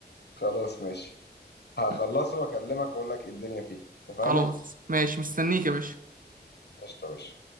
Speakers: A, on the left; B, on the right.
A: خلاص ماشي هخلصه
B: ماشي.
A: واكلمك اقول لك ايه الدنيا فيه اتفقنا
B: خلاص ماشي مستنيك يا باشا
A: قشطه يا باشا